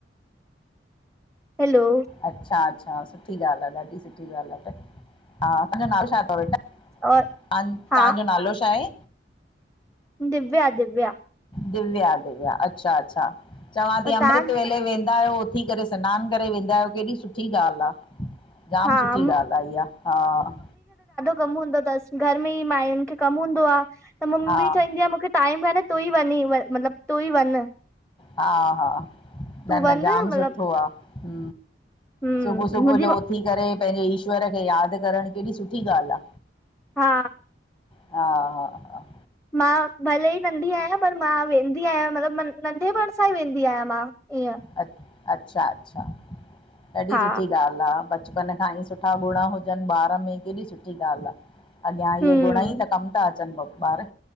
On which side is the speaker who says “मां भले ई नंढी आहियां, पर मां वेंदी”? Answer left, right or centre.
Centre